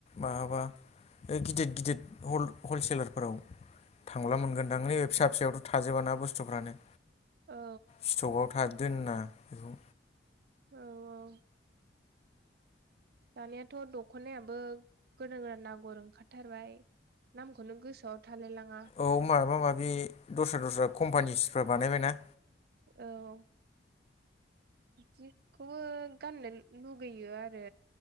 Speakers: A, on the left; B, on the right.
A: माबाबा ओ गिदिर गिदिद हल-हलसेलारफोराव थांब्ला मोनगोनदां नैबे फिसा फिसायावथ' थाजोबा बुस्थुफ्रानो
B: औ
A: स्टकआव थ दोना बेखौ
B: औ औ दानियाथ' दख'नायाबो गोदान गोदान आगर ओंखारथारबाय नामखौनो गोसोआव थालाय लाङा
A: औ माबा माबि दस्रा दस्रा कम्पानिसफोर बानायबाय ना
B: औ बिदिखौबो गाननो लुुबैयो आरो